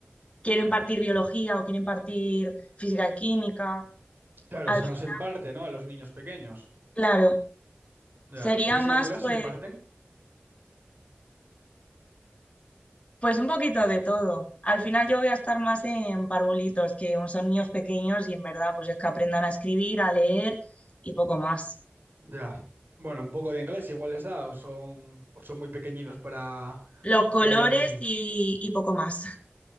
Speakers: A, on the left; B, on the right.
A: quiero impartir biología o quiero impartir física y química.
B: claro,
A: Al
B: se
A: fin,
B: nos imparte, ¿no? A los niños pequeños.
A: claro,
B: Ya.
A: sería
B: ¿Qué asignaturas
A: más pues,
B: se imparten?
A: pues un poquito de todo. Al final yo voy a estar más en parvulitos, que son niños pequeños y en verdad pues es que aprendan a escribir, a leer y poco más.
B: Ya. Bueno, un poco de inglés igual les da, o son, o son muy pequeñinos para,
A: Los colores
B: para hablarles en
A: y, y poco más.